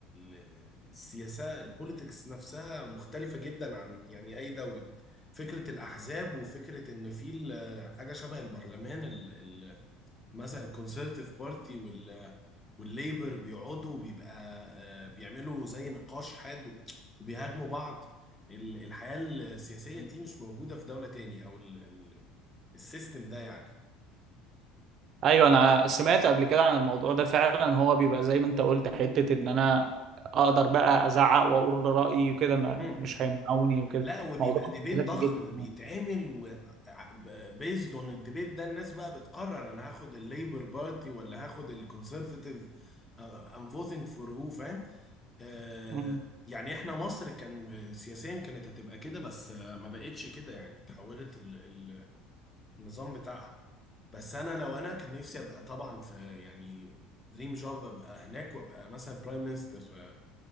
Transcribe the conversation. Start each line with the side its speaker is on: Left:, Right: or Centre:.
Left: ال... السياسة البوليتكس نفسها مختلفة جدا عن يعني أي دولة فكرة الأحزاب وفكرة إن في ال- حاجة شبه البرلمان ال... ال... مثلا الكونسرتيف بارتي وال... والليبر بيقعدوا بيبقى آه، بيعملوا زي نقاش حاد وبيهاجموا بعض ال- الحياة السياسية دي مش موجودة في دولة تاني أو ال... ال... السيستم ده يعني
Right: أيوه أنا سمعت قبل كده عن الموضوع ده فعلا هو بيبقى زي ما أنت قلت حتة إن أنا أقدر بقى أزعق وأقول رأيي وكده ما-
Left: مم.
Right: مش هيمنعوني وكده
Left: لا وبيبقى
Right: موضوع
Left: ديبيت
Right: ذكي
Left: ضخم
Right: جدا
Left: بيتعمل و بيزد اون الديبيت ده الناس بقى بتقرر انا هاخد الليبر بارتي ولا هاخد الكونسرفاتيف ام فوتنج فور هو فاهم آه
Right: مم.
Left: يعني احنا مصر كان سياسيا كانت هتبقى كده بس آه، ما بقتش كده يعني تحولت ال- ال- النظام بتاعها بس انا لو انا كان نفسي ابقى طبعا في يعني دريم جوب ابقى هناك وابقى مثلا برايم مينستر